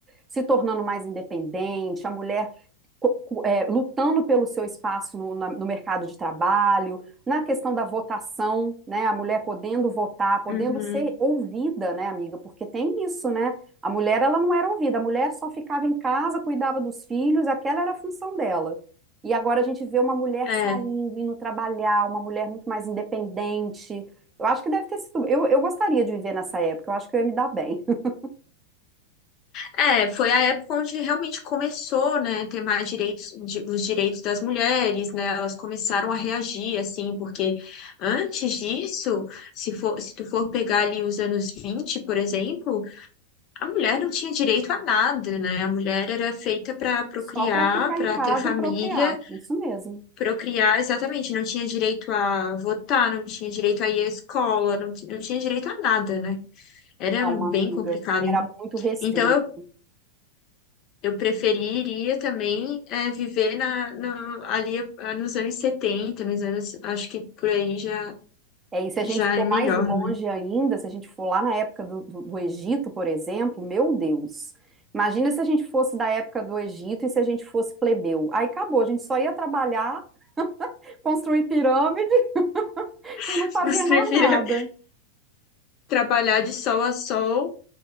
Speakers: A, on the right; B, on the left.
A: se tornando mais independente, a mulher co- co- é, lutando pelo seu espaço no, na- no mercado de trabalho, na questão da votação, né? A mulher podendo votar, podendo
B: Uhum.
A: ser ouvida, né, amiga? Porque tem isso, né? A mulher, ela não era ouvida, a mulher só ficava em casa, cuidava dos filhos, aquela era a função dela. E agora a gente vê uma mulher
B: É.
A: saindo, indo trabalhar, uma mulher muito mais independente. Eu acho que deve ter sido. Eu, eu gostaria de viver nessa época, eu acho que eu ia me dar bem. <laughs>
B: É, foi a época onde realmente começou, né, ter mais direitos, de- os direitos das mulheres, né, elas começaram a reagir, assim, porque antes disso, se for, se tu for pegar ali os anos 20, por exemplo, A mulher não tinha direito a nada, né? A mulher era feita para procriar,
A: Só para ficar
B: para
A: em casa
B: ter família,
A: e procriar. Isso mesmo.
B: procriar, exatamente. Não tinha direito a votar, não tinha direito a ir à escola, não, ti- não tinha direito a nada, né? Era
A: Não,
B: bem
A: amiga,
B: complicado,
A: era
B: hein?
A: muito restrito.
B: Então eu, eu preferiria também eh, viver na, no- ali ah, nos anos 70, nos anos, acho que por aí já,
A: É, e se
B: já
A: a gente for
B: é melhor.
A: mais longe
B: né?
A: ainda, se a gente for lá na época do, do, do Egito, por exemplo, meu Deus. Imagina se a gente fosse da época do Egito e se a gente fosse plebeu. Aí acabou, a gente só ia trabalhar, construir pirâmide <laughs>
B: <laughs>
A: e não fazia
B: Eu preferia
A: mais nada.
B: trabalhar de sol a sol